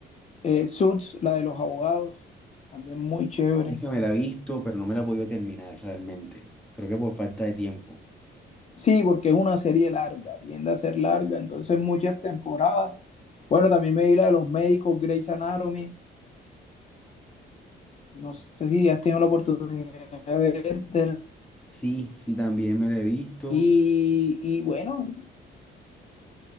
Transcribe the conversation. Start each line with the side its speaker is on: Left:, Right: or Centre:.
Left: eh, Suits, la de los abogados, también muy chévere.
Centre: Esa me la he visto, pero no me la he podido terminar realmente. Creo que por falta de tiempo.
Left: Sí, porque es una serie larga, tiende a ser larga, entonces muchas temporadas. Bueno, también me vi la de los médicos, Grey's Anatomy, no sé si has tenido la oportunidad de ver
Centre: Sí, sí, también me la he visto.
Left: y, y, bueno,